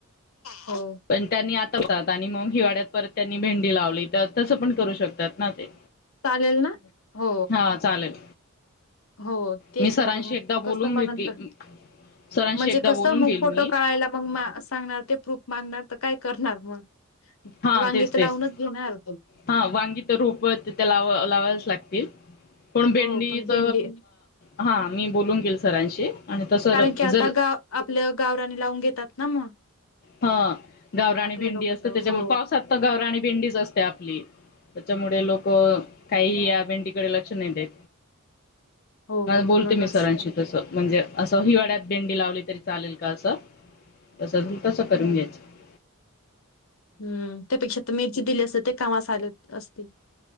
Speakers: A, on the left; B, on the left.
A: हो
B: पण त्यांनी आता <unintelligible> आणि मग हिवाळा त्यात परत त्यांनी भेंडी लावली, तर तसं पण करू शकतात ना ते.
A: चालेल ना? हो.
B: हा चालेल
A: हो तेच
B: मी सरांशी
A: मग
B: एकदा बोलून
A: कसं म
B: घेते
A: नंतर
B: सरांशी
A: म्हणजे
B: एकदा
A: कसं
B: बोलून
A: मग
B: घेईल
A: फोटो
B: मी
A: काढायला मग सांगणार ते प्रूफ मागणार आता काय करणार मग?
B: हा
A: वांगी
B: तेच
A: तर
B: तेच,
A: लावूनच घेणार
B: हा वांगी तर रोप तिथे लावा लावायलाच लाग तील पण भेंडीच
A: हो पण भेंडी
B: हा मी बोलून घेईल सरांशी. आणि तसं
A: कारण की आता
B: जर
A: गाव आपलं गावराणी लावून घेतात ना मग
B: हा, गावरानी
A: आपले
B: भेंडी
A: लोक
B: असते
A: तर
B: त्याच्यामुळे
A: हो
B: पावसात तर गावरानी भेंडीच असते आपली. त्याच्यामुळे लोकं, काही या भेंडी कडे लक्ष नाही देत.
A: हो हो
B: बोलते
A: म्हणूनच
B: मी सरांशी तसं म्हणजे असं हिवाळ्यात भेंडी लावली तरी चालेल का असं? तसं <unintelligible> घ्यायचं
A: ह्म्म त्यापेक्षा तुम्हीच जी दिली असते ती काम चालत असते